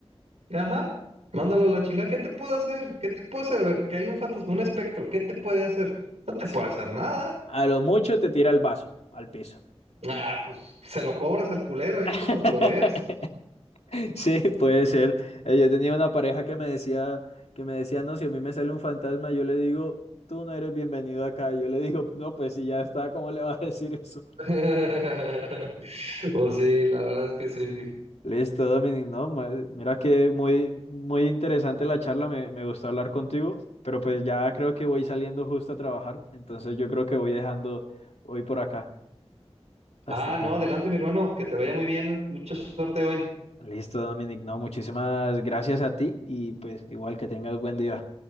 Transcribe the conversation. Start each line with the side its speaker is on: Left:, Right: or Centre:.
Right: Ajá, mándalo a la chingada. ¿Qué te puedo hacer? ¿Qué te puedo hacer? A ver, que hay un fantasma, un espectro. ¿Qué te puede hacer? No te
Left: Sí.
Right: puede hacer nada.
Left: A lo mucho te tira el vaso al piso.
Right: Ah, pues se lo cobras al culero ahí
Left: <laughs>
Right: cuando te lo veas.
Left: Sí, puede ser. Eh, Yo tenía una pareja que me decía, que me decía, no, si a mí me sale un fantasma, yo le digo, tú no eres bienvenido acá. Y yo le digo, no, pues si ya está, ¿cómo le vas a <laughs> decir eso?
Right: <laughs> Pues sí, la verdad es que sí.
Left: Listo, Dominic, no, ma- mira que muy, muy interesante la charla, me, me gustó hablar contigo, pero pues ya creo que voy saliendo justo a trabajar, entonces yo creo que voy dejando hoy por acá, hasta
Right: Ah,
Left: acá.
Right: no, adelante mi hermano, que te vaya muy bien, mucha suerte hoy.
Left: Listo, Dominic, no, muchísimas gracias a ti y pues igual que tengas buen día.